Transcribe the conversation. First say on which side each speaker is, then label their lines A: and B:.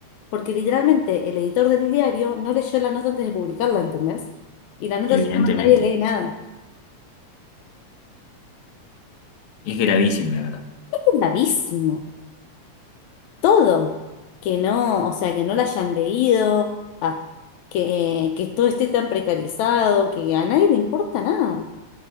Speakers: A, on the left; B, on the left.
A: porque literalmente el editor del diario no leyó la nota antes de publicarla, ¿entendés? Y la nota
B: Evidentemente,
A: se llama Nadie lee nada.
B: es gravísimo, la verdad.
A: gravísimo, todo, que no, o sea, que no la hayan leído, ah, que, que todo esté tan precarizado, que a nadie le importa nada.